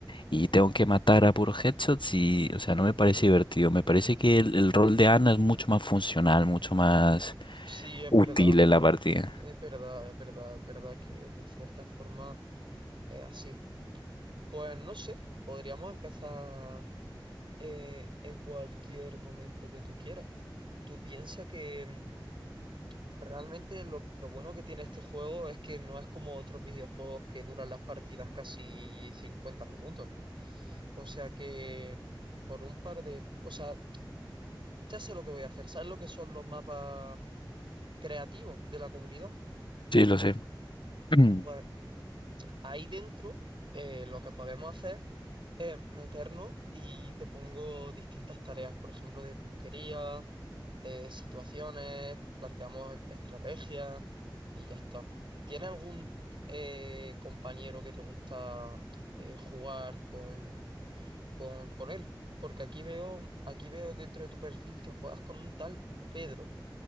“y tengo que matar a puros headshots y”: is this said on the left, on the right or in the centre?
Left